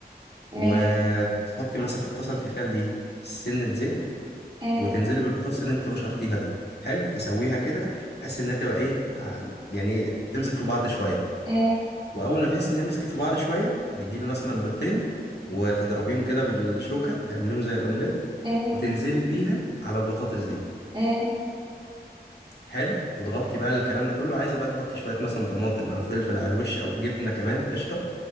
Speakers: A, on the right; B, on the left.
A: ماشي
B: وتحطي مثلا في الطاسه التيفال دي سنه زيت
A: مم،
B: وتنزلي بالبطاطس اللي انت بشرتيها دي حلو تسويها كده بحيث انها تبقى ايه ع- يعني إيه، تمسك في بعض شويه
A: مم،
B: واول ما تحس انها مسكت في بعض شويه بتجيبي مثلا بيضتين وتضربيهم كده بالشوكه تعمليهم زي الاومليت
A: مم،
B: وتنزلي بيها على البطاطس دي
A: مم،
B: حلو وتغطي بقى الكلام ده كله عايزه بقى تحطي شويه مثلا طماطم او فلفل على الوش او جبنه كمان قشطه